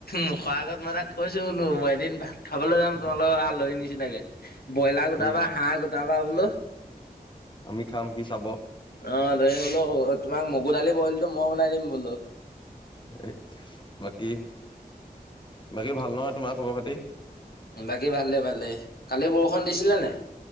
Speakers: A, on the left; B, on the left.
A: মুখৰ আগত, মই তাক কৈছো বোলো -মই এদিন ভাত খাবলৈ যাম। তোমাৰ লগৰ আলহীৰ নিচিনাকে। ব্ৰইলাৰ গোটাবা।
B: উম
A: হাঁহ গোটাবা বোলো।
B: আমি খাম। সি চাব!
A: অ দে বোলো, তোমাক মগু দালি বইলটো মই বনাই দিম বোলো।
B: এই বাকী। বাকী ভাল নহয় তোমাৰ খবৰ-খাতি?
A: বাকী ভালে। ভালে। কালি বৰষুণ দিছিলে নে নাই?